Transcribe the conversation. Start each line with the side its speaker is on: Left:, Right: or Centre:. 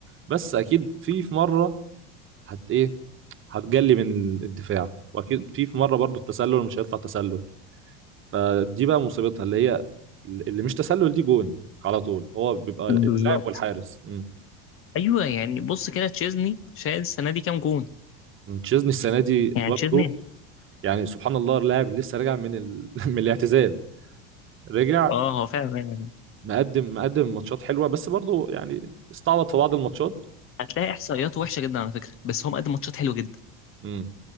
Right: بس اكيد في في مره هت ايه هتجلي من الدفاع واكيد في في مره برضو التسلل مش هيطلع تسلل فدي بقى مصيبتها اللي هي اللي مش تسلل دي جون على طول هو بيبقى
Left: بالظبط
Right: اللاعب والحارس امم
Left: ايوه يعني بص كده تشيزني شايل السنه دي كام جون
Right: تشيزني السنه دي
Left: يعني
Right: برضو
Left: تشيزني
Right: يعني سبحان الله اللاعب لسه راجع من ال... <laughs> من الاعتزال رجع
Left: اه هو فعلا يعني
Right: مقدم مقدم ماتشات حلوه بس برضو يعني استعبط في بعض الماتشات
Left: هتلاقي احصائياته وحشه جدا على فكره بس هو مقدم ماتشات حلوه جدا
Right: امم